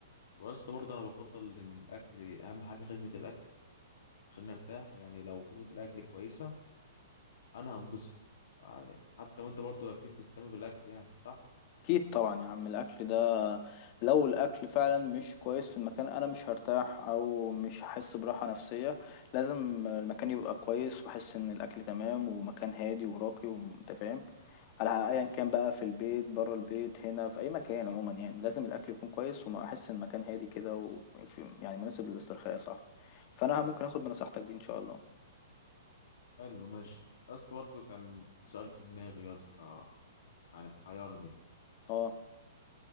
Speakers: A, on the left; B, on the left.
A: واسطى برضه انا بفضل ان الاكل اهم حاجه خدمه الاكل خلينا نرتاح يعني لو خدمه الاكل كويسه انا هنبسط يعني حتى وانت برضه اكيد بتهتم بالاكل يعني صح
B: اكيد طبعا يا عم الاكل ده لو الاكل فعلا مش كويس في المكان انا مش هرتاح او مش هحس براحه نفسيه لازم المكان يبقى كويس واحس ان الاكل تمام ومكان هادي وراقي وانت فاهم على ايا كان بقى في البيت بره البيت هنا في اي مكان عموما يعني لازم الاكل يكون كويس واحس ان المكان هادي كده وفي يعني مناسب للاسترخاء يا صاحبي فانا ممكن اخد بنصيحتك دي ان شاء الله
A: حلو ماشي يا اسطى برضه كان في سؤال في دماغي يا اسطى يعني محيرني
B: اه